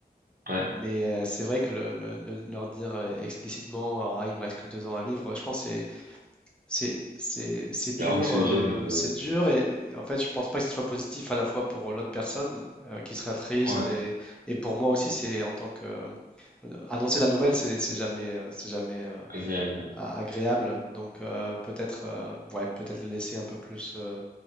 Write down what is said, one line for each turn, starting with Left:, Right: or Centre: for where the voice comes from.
Right: ouais.
Centre: Mais euh, c'est vrai que le- le- le- leur dire euh, explicitement, ah, il me reste que deux ans à vivre, je pense que c'est c'est c'est- c'est dur,
Right: C'est anxiogène
Centre: euh,
Right: un peu.
Centre: c'est
Right: Ouais.
Centre: dur et en fait je pense pas que ce soit positif à la fois pour l'autre personne euh, qui sera triste
Right: Ouais,
Centre: et, et pour moi aussi c'est en tant que euh, annoncer la nouvelle c'est c'est jamais euh, c'est jamais euh,
Right: Agréable. Ouais.
Centre: a- agréable donc euh, peut-être euh, ouais peut-être le laisser un peu plus euh,